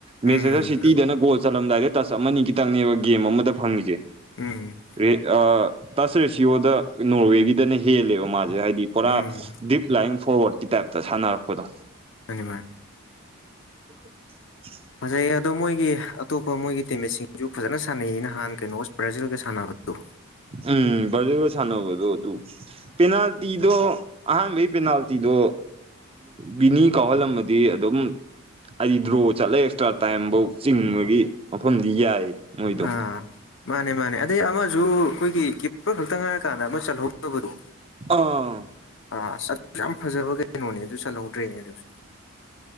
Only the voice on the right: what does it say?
ꯃꯦꯁꯦꯖꯔ ꯁꯤꯇꯤꯗꯅ ꯒꯣꯜ ꯆꯜꯂꯝꯗꯥꯏꯗ ꯇꯁ ꯑꯃꯅꯤ ꯈꯤꯇꯪꯅꯦꯕ ꯒꯦꯝ ꯑꯃꯗ ꯐꯪꯉꯤꯖꯦ
ꯔꯦ ꯑꯥ ꯇꯁ ꯔꯦꯁꯤꯌꯣꯗ ꯅꯣꯔꯋꯦꯒꯤꯗꯅ ꯍꯦꯜꯂꯦꯕ ꯃꯥꯖꯦ ꯍꯥꯏꯗꯤ ꯄꯨꯔꯥ
ꯗꯤꯞ ꯂꯥꯏꯟ ꯐꯣꯔꯋꯥꯔꯗꯀꯤ ꯇꯥꯏꯞꯇ ꯁꯥꯟꯅꯔꯛꯄꯗꯣ
<unintelligible>
ꯎꯝ ꯕ꯭ꯔꯥꯖꯤꯜꯒ ꯁꯥꯟꯅꯕꯗꯣꯗꯨ ꯄꯦꯅꯥꯜꯇꯤꯗꯣ ꯑꯍꯥꯟꯕꯥꯟꯕꯩ ꯄꯦꯅꯥꯜꯇꯤꯗꯣ ꯕꯤꯅꯤ ꯀꯥꯎꯍꯜꯂꯝꯃꯗꯤ ꯑꯗꯨꯝ ꯍꯥꯏꯗꯤ ꯗ꯭ꯔꯣ ꯆꯠꯂꯒ ꯑꯦꯛꯁꯇ꯭ꯔꯥ ꯇꯥꯝꯐꯧ ꯆꯤꯡꯕꯒꯤ ꯃꯐꯝꯗꯤ ꯌꯥꯏ ꯃꯣꯏꯗꯣ
ꯑꯥ